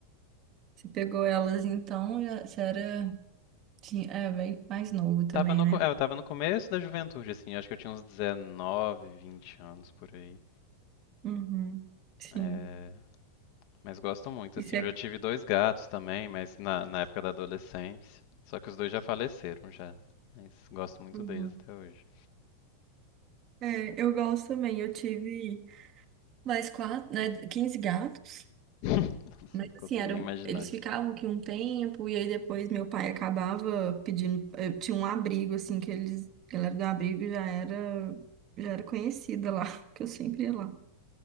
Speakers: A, on the right; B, on the left.
A: Você pegou elas então, já- você era tinha, é, bem mais novo também,
B: Tava no,
A: né?
B: co- é, eu tava no começo da juventude, assim, acho que eu tinha uns 19, 20 anos por aí.
A: Uhum, sim.
B: É, Mas gosto muito,
A: Isso
B: assim.
A: é.
B: Eu já tive dois gatos também, mas na, na época da adolescência. Só que os dois já faleceram já. Mas gosto muito
A: Uhum.
B: deles até hoje.
A: É, eu gosto também. Eu tive mais quatro, né? quinze gatos.
B: <laughs> Nossa,
A: Mas
B: não consigo
A: assim, eram,
B: nem imaginar
A: eles
B: isso.
A: ficavam aqui um tempo, e aí depois meu pai acabava pedindo. Eu tinha um abrigo, assim, que eles. A galera do abrigo já era, já era conhecida lá, <laughs> que eu sempre ia lá.